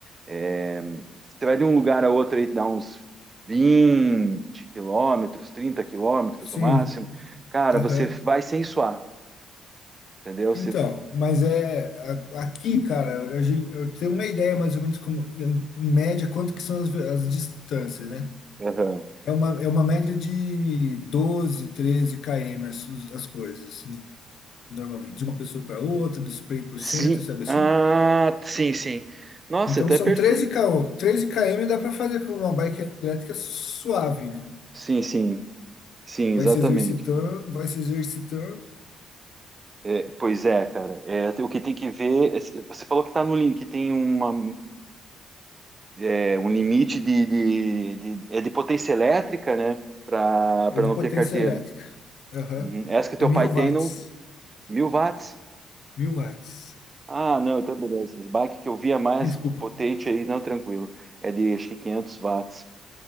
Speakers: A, on the right (about 30°); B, on the left (about 70°).
A: é, você vai de um lugar a outro aí, dá uns 20 quilômetros, trinta quilômetros
B: Sim.
A: no máximo. Cara,
B: Aham.
A: você vai sem suar, entendeu?
B: Então,
A: Você,
B: mas é a- aqui, cara, a gen- eu tenho uma ideia mais ou menos como, em em média quanto que são as, ve- as distâncias, né?
A: Aham.
B: É uma, é uma média de 12, 13 km as, os- as coisas, assim, normalmente, de uma pessoa para outra, do spray por
A: Sim,
B: cento, sabe assim?
A: ah, sim, sim. Nossa,
B: Então
A: até
B: são
A: perfeito.
B: treze km, treze km dá para fazer com uma bike elétrica suave, né?
A: Sim, sim, sim, exatamente.
B: Vai se exercitando, vai se exercitando,
A: É, pois é, cara. É, o que tem que ver. Você falou que tá no, lim- que tem uma, é, um limite de, de, de- é de potência elétrica, né? Para
B: é
A: para
B: de
A: não
B: potência
A: ter carteira.
B: elétrica. Aham.
A: Uhum. Essa que teu
B: É mil
A: pai tem,
B: watts,
A: não, mil watts.
B: mil watts.
A: Ah, não, então beleza. Esse bike que eu via mais
B: Desculpa.
A: potente aí, não, tranquilo. É de acho que 500 watts.